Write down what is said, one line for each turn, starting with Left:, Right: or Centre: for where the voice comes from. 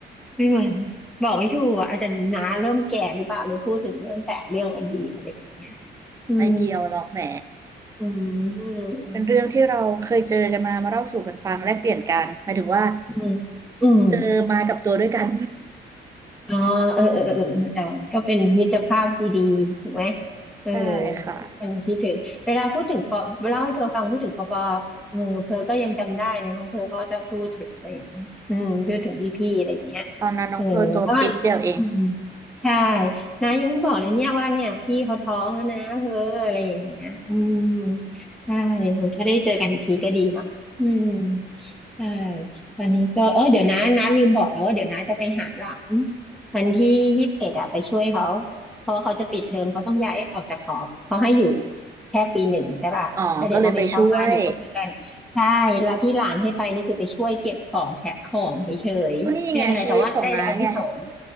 Centre: ไม่เหมือนบอกไม่ถูกอะอาจจะน้าเริ่มแก่หรือเปล่าเลยพูดถึงเรื่องแต่เรื่องอดีตอะไรอย่างเงี้ยอืม
Right: ไม่เกี่ยวหรอกแหม
Centre: อืมอืม
Right: เป็นเรื่องที่เราเคยเจอกันมามาเล่าสู่กันฟังแลกเปลี่ยนกันหมายถึงว่า
Centre: อืมอืม
Right: เจอมากับตัวด้วยกัน
Centre: อ๋อเออเออเออเออแต่มันก็เป็นมิตรภาพดีๆถูกไหม
Right: <laughs>
Centre: เออ
Right: ใช่ค่ะ
Centre: ทุกคนคิดถึงเวลาพูดถึงปอเล่าให้เธอฟังพูดถึงปอปอเออเพอก็ยังจำได้นะน้องเพอเขาจะพูดถึงอะไรอย่างเงี้ยอืมพูดถึงพี่ๆอะไรอย่างเงี้ย
Right: ตอนนั้นน้องเพร์ลตัวปิ๊กเดียวเอง
Centre: เออเพราะว่าอืมใช่นะยังบอกเลยเนี่ยว่าเนี่ยพี่เขาท้องแล้วนะเพออะไรอย่างเงี้ยอืมใช่เออถ้าได้เจอกันอีกทีก็ดีเนาะอืมใช่ตอนนี้ก็เออเดี๋ยวนะน้าลืมบอกแล้วว่าเดี๋ยวน้าจะไปหาหลาน วันที่ยี่สิบเอ็ดอะไปช่วยเขาเพราะว่าเขาจะปิดเทอมเขาต้องย้ายออกจากหอเขาให้อยู่แค่ปีหนึ่งใช่ป่ะแล้วเดี๋ยวต้องไปเช่าบ้านอยู่กับเพื่อนใช่แล้วที่หลานให้ไปนี่คือไปช่วยเก็บของแพ็คของเฉยๆไม่ได้เป็นไรแต่ว่าได้อานิสงส์
Right: อ๋อก็เลยไปช่วยก็นี่ไงชีวิตของน้าไง